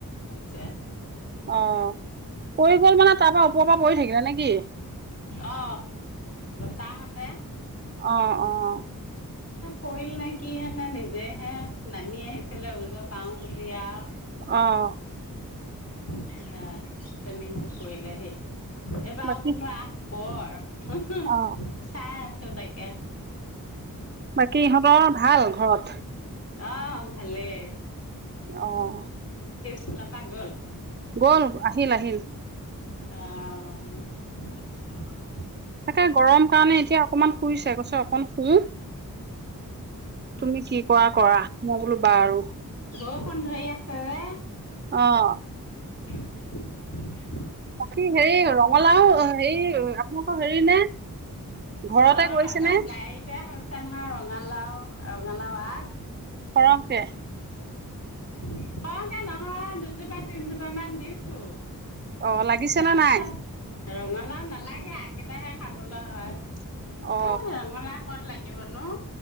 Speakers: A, on the left (about 45°); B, on the right (about 30°).
A: ছে
B: অ পৰি গ'ল মানে তাৰ পৰাৰা ওপৰৰ পৰা পৰি থাকিলা নেকি
A: অ তাহতে
B: আহ আহ
A: পৰিল নে কি হেনেে নিজেহে নামি আহিছিলে উৰিজ পাওঁ বুলি আৰু
B: অহ
A: অ <unintelligible> <unintelligible> এব আ
B: বাকী
A: মোৰ নোৱা <unintelligible> পঢ়। <unintelligible>
B: অ
A: চ চো' তাকে।
B: বাকী ইহঁতৰ ভাল ঘৰত?
A: অহ ভালেই।
B: অহ
A: খোলা পা গ'ল?
B: গ'ল। আহিল। আহিল।
A: অহ।
B: তাকে গৰম কাৰণে এতিয়া অকমান শুইছে। কৈছে অকন শু তুমি কি কৰা। কৰা। মই বোলো বাৰু
A: বৰষুণ ধৰি আছে যে
B: অহ
A: <inaudible>
B: বাকী হেৰি ৰঙালাও হেৰি আপোনালোকৰ হেৰি নে? ঘৰতে
A: অ
B: কৰিছে
A: আমাৰ
B: নে
A: বাৰীতে হৈছে নহয় ৰঙালাও। ৰঙালাও আগ
B: সৰহকে।
A: সৰহকে নহয়। দুজোপাত তিনিজোপামান দিছো।
B: অ লাগিছে
A: তাৰপিছত
B: নে নাই?
A: ৰঙালাও নালাগে আগকেইটাহে খাবলৈ হয়। এ
B: অ
A: ৰঙালাও ক'ত লাগি বনো <unintelligible>